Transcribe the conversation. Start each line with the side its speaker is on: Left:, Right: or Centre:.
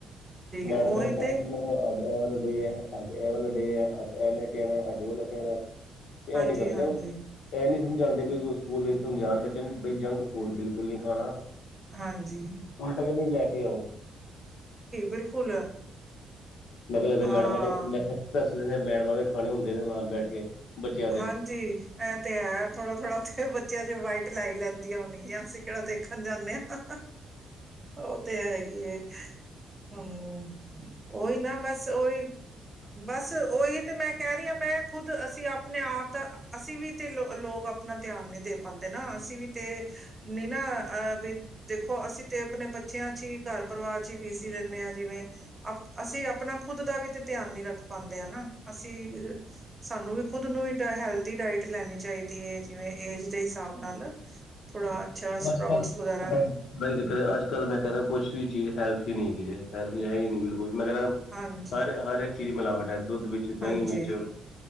Left: ਮੈਡਮਾਂ
Right: ਉਹੀ
Left: ਨੇ ਕਹਿਣਾ
Right: ਤੇ
Left: ਕਿ ਅੱਜ ਇਹ ਵਾਲਾ ਡੇ ਐ, ਅੱਜ ਇਹ ਵਾਲਾ ਡੇ ਐ, ਅੱਜ ਇਹ ਲੈਕੇ ਆਣਾ ਏ ਅੱਜ। ਓਹ ਲੈਕੇ ਔਣਾ,
Right: ਹਾਂਜੀ-ਹਾਂਜੀ-ਹਾਂਜੀ-ਹਾਂਜੀ-ਹਾਂਜੀ
Left: ਇਆ ਨੀ ਰੱਖਣਾ <inaudible> ਇਹ ਨੀ ਸਮਝਾਂਦੇ, ਬਈ ਓਹ ਸਕੂਲ ਵਿੱਚ ਸਮਝਾਣ ਬੱਚਿਆਂ ਨੂੰ, ਬਈ ਜੰਕ- ਫੂਡ ਬਿਲਕੁਲ ਨਹੀਂ ਖਾਣਾ।
Right: ਹਾਂਜੀ।
Left: ਹੁਣ ਤਾਂ ਕਹਿੰਦੇ ਵੀ ਲੈ ਕੇ ਆਵੋ <inaudible>
Right: ਬਿਲਕੁਲ
Left: ਮਤਲਬ
Right: ਹਾਂ
Left: ਮੈਡਮਾਂ ਦੇ ਮੈਂ ਦੱਸ, ਮੈਡਮਾਂ ਦੇ ਖਾਣੇ ਹੁੰਦੇ ਨੇ ਨਾਲ ਬੈਠ ਕੇ। ਬੱਚਿਆਂ ਦੇ
Right: ਹਾਂਜੀ ਇਹ ਤੇ ਹੈ, ਥੋੜਾ-ਥੋੜਾ ਤੇ ਬੱਚਿਆਂ ਚ ਵਾਈਟ ਲੈ ਲੈਂਦੀਆਂ ਹੋਣਗੀਆਂ, ਅਸੀਂ ਕਿਹੜਾ ਦੇਖਣ ਜਾਂਦੇ ਆਂ। ਉਹ ਤੇ ਹੈ ਹੀ ਏ, ਹੂੰ ਉਹੀ ਨਾ ਬਸ ਓਹੀ। ਬਸ ਉਹੀ ਤੇ ਮੈਂ ਕਹਿ ਰਹੀ ਹਾਂ, ਮੈਂ ਖੁਦ ਅਸੀਂ ਆਪ ਆਪਣੇ ਆਪ ਦਾ ਅਸੀਂ ਵੀ ਤੇ ਲੋ ਲੋਕ ਆਪਣਾ ਧਿਆਨ ਨੀ ਦੇ ਪਾਂਦੇ ਨਾ, ਅਸੀਂ ਵੀ ਤੇ ਨੀ ਨਾ ਅਹ ਵੀ ਦੇਖੋ ਅਸੀਂ ਤੇ ਆਪਣੇ ਬੱਚਿਆਂ ਚ ਹੀ, ਘਰ ਪਰਿਵਾਰ ਚ ਹੀ ਬਿਜ਼ੀ ਰਹਿੰਦੇ ਆਂ। ਜਿਵੇਂ ਅਸੀਂ ਆਪਣਾ ਖੁਦ ਦਾ ਵੀ ਤੇ ਧਿਆਨ ਨੀ ਰੱਖ ਪਾਂਦੇ ਆ ਨਾ, ਅਸੀਂ ਸਾਨੂੰ ਵੀ ਖੁਦ ਨੂੰ ਹੀ ਹੈਲਦੀ ਡਾਇਟ ਲੈਨੀ ਚਾਹੀਦੀ ਏ, ਜਿਵੇਂ ਏਜ ਦੇ ਹਿਸਾਬ ਨਾਲ ਥੋੜਾ ਅੱਛਾ ਸਪਰਾਊਟਸ
Left: ਅੱਜ -ਕੱਲ,
Right: ਵਗੈਰਾ
Left: ਪਤਾ ਨੀ ਅੱਜ- ਕੱਲ ਮੈਂ ਕਹਿ ਰਿਹਾ, ਕੁਛ ਵੀ ਚੀਜ਼ ਹੈਲਥੀ ਹੈਲਥੀ ਨੀ ਹੈਗੀ ਇਹ, ਹੈਲਦੀ ਹੈ ਹੀ ਨੀ ਬਿਲਕੁਲ, ਮੈਂ ਕਹਿ ਰਿਹਾ,
Right: ਹਾਂਜੀ
Left: ਹਰ-ਹਰ ਇੱਕ ਚੀਜ਼ ਮਿਲਾਵਟ ਹੈ ਦੁੱਧ ਵੀ। ਤੇ ਦਹੀ
Right: ਹਾਂਜੀ
Left: ਵਿੱਚ